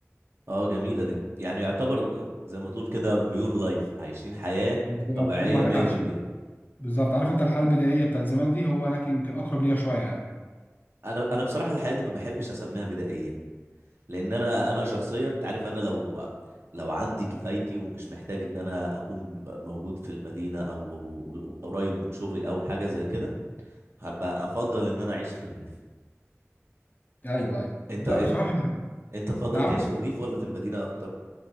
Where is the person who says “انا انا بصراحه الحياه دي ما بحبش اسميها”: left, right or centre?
Right